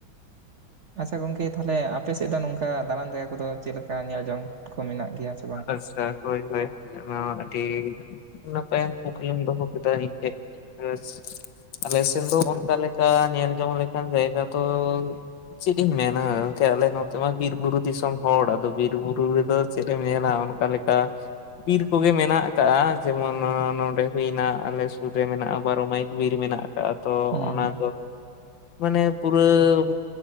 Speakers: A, on the right; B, on the left.
A: ᱟᱪᱪᱷᱟ ᱜᱚᱝᱠᱮ ᱛᱟᱦᱚᱞᱮ‌ ᱟᱯᱼᱼ ᱯᱮ ᱥᱮᱜ ᱫᱚ ᱱᱚᱝᱠᱟ ᱫᱟᱬᱟᱱ ᱡᱟᱭᱜᱟ ᱠᱚᱫᱚ ᱪᱮᱜ ᱞᱮᱠᱟ ᱧᱮᱞ ᱡᱚᱝ ᱠᱚ ᱢᱮᱱᱟᱜ ᱜᱮᱭᱟ ᱥᱮᱼᱼ
B: ᱟᱞᱮ ‌ᱥᱮᱫ ᱦᱳᱭ ᱦᱳᱭ ᱚᱱᱟ ᱦᱚᱸ ᱟᱹᱰᱤᱼᱼ ᱱᱟᱯᱟᱭᱟᱝ ᱠᱩᱠᱞᱤᱢ ᱫᱚᱦᱚ ᱠᱮᱫᱟ ᱤ‌ᱧ ᱴᱷᱮᱡ ᱦᱮᱸᱥᱼᱼ ᱟᱞᱮ ᱥᱮᱱ ᱫᱚ ᱚᱱᱠᱟ ᱞᱮᱠᱟ ᱧᱮᱞ ᱡᱚᱝ ᱞᱮᱠᱟᱱ ᱡᱟᱭᱜᱟ ᱛᱚᱼᱼ ᱪᱤᱫ ᱤᱧ ᱢᱮᱱᱟ ᱜᱚᱝᱠᱮ ᱟᱞᱮ ᱱᱚᱛᱮ ᱢᱟ ᱵᱤᱨ ᱵᱩᱨᱩ ᱫᱤᱥᱚᱢ ᱦᱚᱲ ᱟᱫᱚ ᱵᱤᱨ ᱵᱩᱨᱩ ᱨᱮᱫᱚ ᱪᱮᱫᱼᱼ ᱧᱮᱞᱟ ᱚᱱᱠᱟ ᱞᱮᱠᱟ ᱵᱤᱨ ᱠᱚᱜᱮ ᱢᱮᱱᱟᱜ ᱟᱠᱟᱜ-ᱟ ᱡᱮᱢᱚᱱ ᱱᱚᱸᱰᱮ ᱦᱩᱭᱱᱟ ᱟᱞᱮ ᱥᱩᱨ ᱨᱮ ᱢᱮᱱᱟᱜ-ᱟ ᱵᱟᱨᱚ ᱢᱟᱹᱭᱤᱞ ᱵᱤᱨ ᱢᱮᱱᱟᱜ ᱟᱠᱟᱫᱟ᱾ ᱟᱨ ᱛᱚ
A: ᱦᱩᱸ,
B: ᱚᱱᱟ
A: ᱦᱩᱸ,
B: ᱫᱚ ᱢᱟᱱᱮ ᱯᱩᱨᱟᱹᱢᱼᱼ